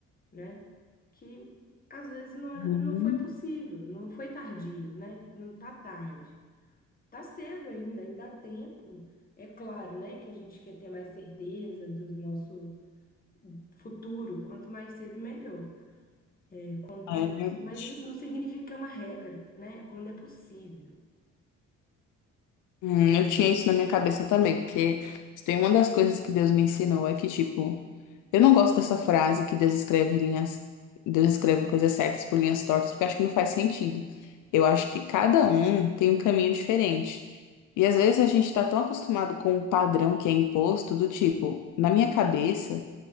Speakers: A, on the left (about 30°); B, on the left (about 80°).
A: né? Que às vezes não é,
B: Uhum.
A: não foi possível, não foi tardio, né? Não tá tarde. Tá cedo ainda, ainda há tempo. É claro, né, que a gente quer ter mais certeza do nosso futuro, quanto mais cedo, melhor. É, quanto
B: É
A: a isso.
B: verdade.
A: Mas não significa que é uma regra, né? Quando é possível.
B: Hum, eu tinha isso na minha cabeça também, porque se tem uma das coisas que Deus me ensinou é que, tipo, eu não gosto dessa frase que Deus escreve linhas, Deus escreve coisas certas por linhas tortas, porque eu acho que não faz sentido. Eu acho que cada um tem um caminho diferente. E às vezes a gente tá tão acostumado com um padrão que é imposto, do tipo, na minha cabeça.